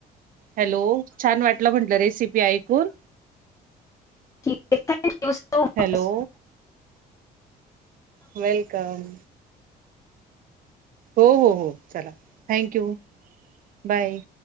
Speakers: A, on the right; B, on the left.
A: हॅलो छान वाटलं म्हटलं रेसिपी ऐकून.
B: ठीक thank you so much.
A: Hello welcome. हो हो हो चला थँक यू बाय.